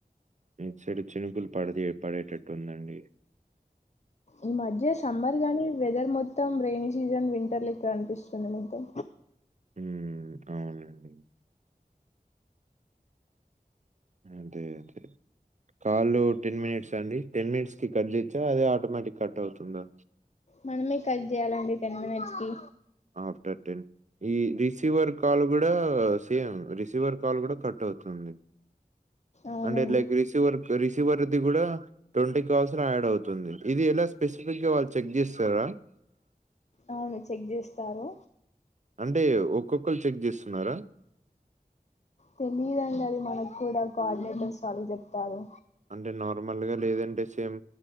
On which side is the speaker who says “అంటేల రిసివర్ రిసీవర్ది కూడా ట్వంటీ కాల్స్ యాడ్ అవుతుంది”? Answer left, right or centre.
Right